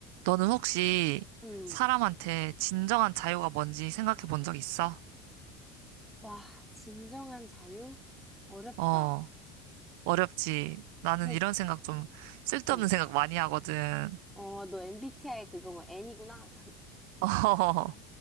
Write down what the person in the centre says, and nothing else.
음.
와, 진정한 자유? 어렵다.
근데,
어.
어, 너 MBTI 그거 뭐 N이구나? <laughs>